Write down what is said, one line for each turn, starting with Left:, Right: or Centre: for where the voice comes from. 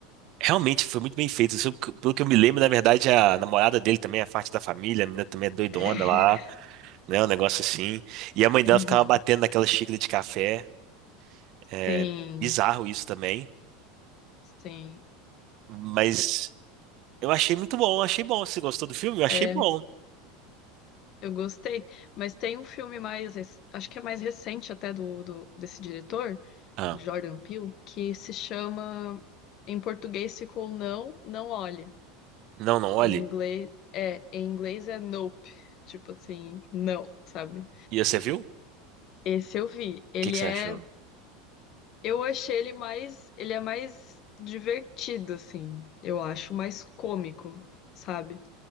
Right: realmente foi muito bem feito. Se eu- Pelo que eu me lembro, na verdade, a namorada dele também é parte da família, a menina também é doidona
Left: É.
Right: lá, né? Um negócio assim. E a mãe dela
Left: Uhum.
Right: ficava batendo naquela xícara de café. É
Left: Sim,
Right: bizarro isso também.
Left: sim.
Right: Mas eu achei muito bom, achei bom. Você gostou do filme? Eu achei
Left: É,
Right: bom.
Left: Eu gostei, mas tem um filme mais, rec- acho que é mais recente até do, do- desse diretor,
Right: Ah,
Left: o Jordan Peele, que se chama, em português ficou Não, Não Olhe.
Right: não, não, olhe.
Left: Em inglês é, em inglês é Nope, tipo assim, não, sabe?
Right: E você viu? O
Left: Esse eu vi. Ele
Right: que que você
Left: é,
Right: achou?
Left: eu achei ele mais, ele é mais divertido assim, eu acho, mais cômico, sabe?